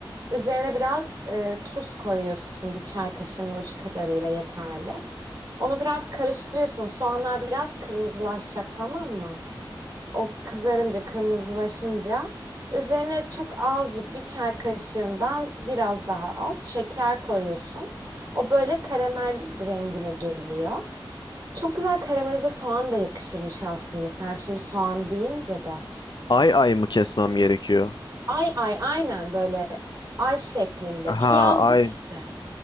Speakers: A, on the right; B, on the left.
A: Üzerine biraz e, tuz koyuyorsun bir çay kaşığının ucu kadarıyla yeterli. Onu biraz karıştırıyorsun. Soğanlar biraz kırmızılaşacak tamam mı? O kızarınca, kırmızılaşınca üzerine çok azıcık bir çay kaşığından biraz daha az şeker koyuyorsun. O böyle karamel rengine geliyor. Çok güzel karamelize soğan da yakışırmış aslında. Sen şimdi soğan deyince de.
B: Ay ay mı kesmem gerekiyor?
A: Ay ay aynen böyle ay şeklinde. Piyazlık
B: Ha ay.
A: işte.